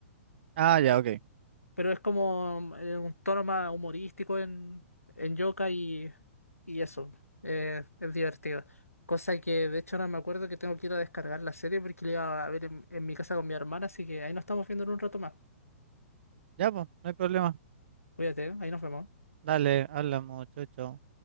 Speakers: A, on the right; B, on the left.
A: Ah, ya, ok.
B: Pero es como eh, un tono más humorístico en, en Yoka y, y eso, eh, es divertido. Cosa que de hecho ahora me acuerdo que tengo que ir a descargar la serie porque la iba a ver en, en mi casa con mi hermana, así que ahí nos estamos viendo en un rato más.
A: Ya, pues, no hay problema.
B: Cuídate, ¿eh? ahí nos vemos.
A: Dale, habla mucho,